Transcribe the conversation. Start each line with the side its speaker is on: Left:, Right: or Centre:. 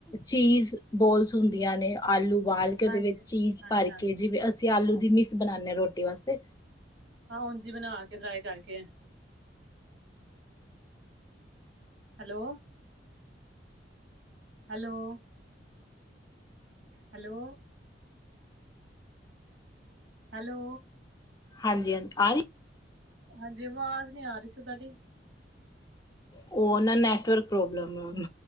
Left: ਚੀਜ਼ ਬੋਲਸ ਹੁੰਦੀਆਂ ਨੇ, ਆਲੂ ਉਬਾਲ ਕੇ ਉਹਦੇ
Right: ਹਾਂਜੀ,
Left: ਵਿੱਚ
Right: ਹਾਂਜੀ,
Left: ਚੀਜ਼ ਭਰ
Right: ਹਾਂਜੀ।
Left: ਕੇ ਜਿਵੇਂ ਅਸ ਅਸੀਂ ਆਲੂ ਦੀ ਮਿਸ ਬਣਾਨੇ ਆ ਰੋਟੀ ਵਾਸਤੇ।
Right: ਹਾਂ, ਉਂਜੀ ਬਣਾ ਕੇ ਟਰਾਈ ਕਰਕੇ। Hello hello hello hello.
Left: ਹਾਂਜੀ ਹਾਂਜੀ ਆਈ
Right: ਹਜੇ ਆਵਾਜ਼ ਨੀ ਆ ਰਹੀ ਸੀ ਤੁਹਾਡੀ।
Left: ਉਹ ਨਾ ਨੈਟਵਰਕ ਪ੍ਰੋਬਲਮ।